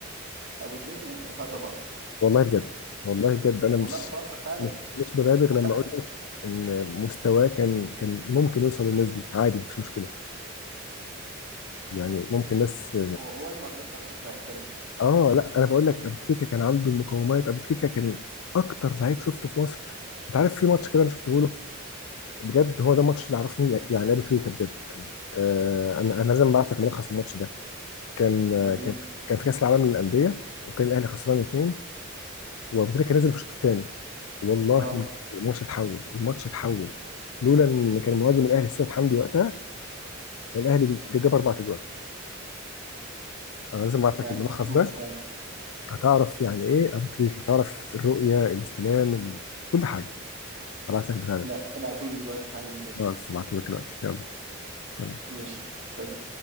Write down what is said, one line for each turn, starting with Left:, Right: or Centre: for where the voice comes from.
Right: ابو تريكة اه طبعا
Left: والله بجد والله بجد انا
Right: والله
Left: مش
Right: ما بهزر فعلا
Left: مش مش ببالغ
Right: خد
Left: لما
Right: بالك
Left: اقول لك ان مستواه كان كان ممكن يوصل للناس دي عادي مفيش مشكلة يعني ممكن ناس
Right: هو هو اللي مرضاش على فكرة يحترف
Left: اه لا انا بقول لك ابو تريكه كان عنده المقومات ابو تريكه كان اكتر لعيب شفته في مصر انت عارف في ماتش كده انا شفته له بجد هو ده الماتش اللي عرفني يعني ابو تريكه بجد آه انا انا لازم ابعت لك ملخص الماتش ده كان آه،
Right: وريني
Left: كان كان في كاس العالم للانديه وكان الاهلي خسران اتنين وابو تريكه نزل في الشوط الثاني والله
Right: اه
Left: الماتش اتحول الماتش اتحول لولا ان كان مهاجم الاهلي السيد حمدي وقتها كان الاهلي جاب اربع اجوال انا لازم ابعت
Right: لا
Left: لك الملخص
Right: لازم اشوفه
Left: ده
Right: فعلا
Left: هتعرف يعني ايه ابو تريكه هتعرف الرؤيه الاستلام ال- كل حاجه هبعت لك بتاع ده
Right: لا ابعتولي دلوقتي حالا نشوفه
Left: خلاص هبعته لك دلوقتي يلا سلام
Right: ماشي سلام